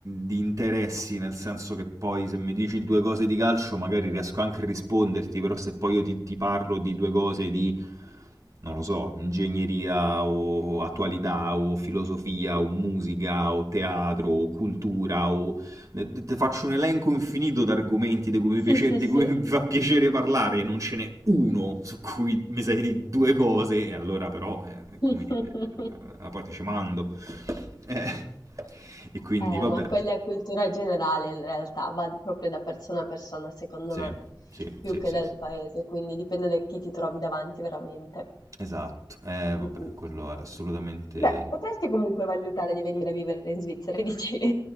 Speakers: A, on the right (about 45°); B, on the left (about 65°).
A: di interessi, nel senso che poi se mi dici due cose di calcio magari riesco anche a risponderti, però se poi io ti, ti parlo di due cose di, non lo so, ingegneria o attualità o filosofia o musica o teatro o cultura o ti faccio un elenco infinito di argomenti di cui, mi piace-
B: Sì, sì,
A: di
B: sì.
A: cui mi fa piacere parlare, non ce n'è uno su cui mi sai di due cose, e allora però, eh, è come
B: <laughs>
A: dire, eh, a parte ci mando. Eh, e quindi,
B: Eh,
A: vabbè,
B: ma quella è cultura generale in realtà, va proprio da persona a persona, secondo
A: sì,
B: me,
A: sì,
B: più
A: sì,
B: che
A: sì,
B: dal
A: sì.
B: paese, quindi dipende da chi ti trovi davanti veramente.
A: Esatto, eh, vabbè,
B: Mh-mh.
A: quello è assolutamente...
B: Beh, potresti comunque valutare di venire a vivere in Svizzera, che dici?